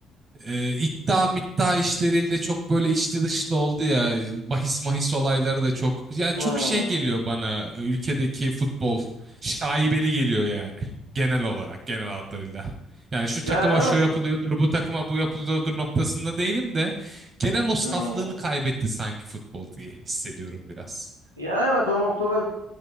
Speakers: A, on the right (about 35°); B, on the right (about 85°).
A: e, iddia middia işleriyle çok böyle içli dışlı oldu ya. Bahis mahis olayları da çok. Yani
B: Hı.
A: çok şey geliyor bana e, ülkedeki futbol. Şaibeli geliyor yani. Genel olarak genel hatlarıyla. Yani şu
B: Ya
A: takıma
B: evet.
A: şu yapılıyordur, bu takıma bu yapılıyordur noktasında değilim de genel o saflığını
B: Hı hı.
A: kaybetti sanki futbol diye hissediyorum biraz.
B: Ya evet o noktada